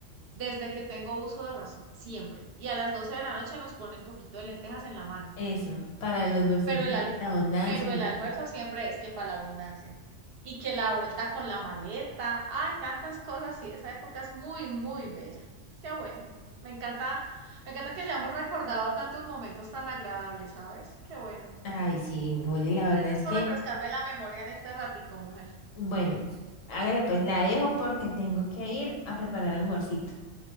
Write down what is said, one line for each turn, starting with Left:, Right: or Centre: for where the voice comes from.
Right: Desde que tengo uso de razón, siempre. Y a las 12 de la noche nos pone el poquito de lentejas en la mano.
Left: eso, para los bolsillitos,
Right: Pero el, al-
Left: la abundancia.
Right: pero
Left: y-
Right: el almuerzo siempre es que para la abundancia. Y que la vuelta con la maleta, hay tantas cosas y esa época es muy, muy bella. Qué bueno. Me encanta, me encanta que hayamos recordado tantos momentos tan agradables, ¿sabes? Qué bueno.
Left: Ay, sí, mi Julia, la verdad
Right: Gracias
Left: es
Right: por
Left: que,
Right: refrescarme la memoria en este ratico, mujer.
Left: bueno, hágale pues, la dejo porque tengo que ir a preparar almuercito.